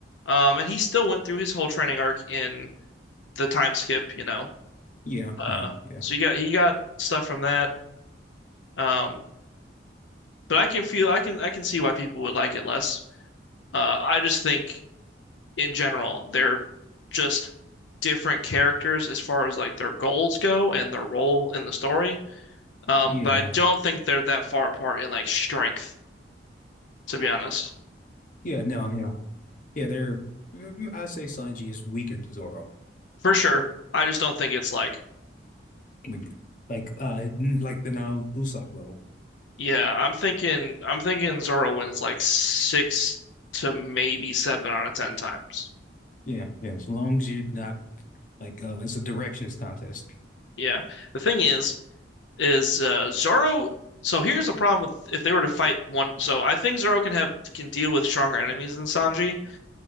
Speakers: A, on the left; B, on the left.
A: Um, and he still went through his whole training arc in the time skip, you know.
B: Yeah.
A: Uh,
B: Yeah. Yeah.
A: so you got he got stuff from that. Um, but I can feel, I can, I can see why people would like it less. Uh, I just think in general they're just different characters as far as like their goals go and their role in the story. Um,
B: Yeah.
A: but I don't think they're that far apart in like strength, to be honest.
B: Yeah. No. No. Yeah. They're. mm, I say Sanji is weaker than Zoro.
A: For sure. I just don't think it's like
B: Like, like, uh, mm, like the now Usopp level.
A: Yeah, I'm thinking I'm thinking Zoro wins like six to maybe seven out of ten times.
B: Yeah. Yeah. As long as you're not like, uh, it's a directions contest.
A: Yeah. The thing is, is uh Zoro so here's the problem with if they were to fight one so I think Zoro can have can deal with stronger enemies than Sanji,